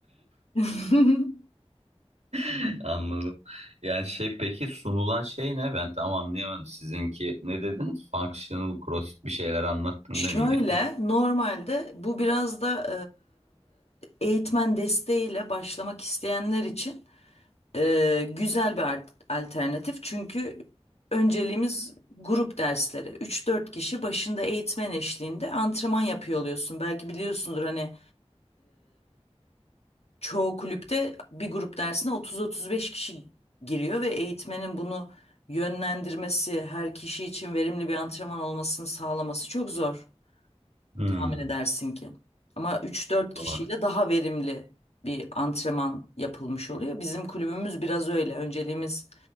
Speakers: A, on the left; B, on the right.
A: <laughs>
B: <laughs> Anladım. Yani şey peki sunulan şey ne? Ben tam anlayamadım. Sizinki ne dedin? Functional CrossFit bir şeyler anlattın
A: Şöyle
B: değil mi gene de?
A: normalde bu biraz da e, eğitmen desteğiyle başlamak isteyenler için e, güzel bir alt- alternatif. Çünkü önceliğimiz grup dersleri. Üç dört kişi başında eğitmen eşliğinde antrenman yapıyor oluyorsun. Belki biliyorsundur hani çoğu kulüpte bir grup dersine 30-35 kişi giriyor ve eğitmenin bunu yönlendirmesi, her kişi için verimli bir antrenman olmasını sağlaması çok zor
B: Hmm,
A: tahmin edersin ki. Ama üç dört kişiyle
B: doğru.
A: daha verimli bir antrenman yapılmış oluyor. Bizim kulübümüz biraz öyle. Önceliğimiz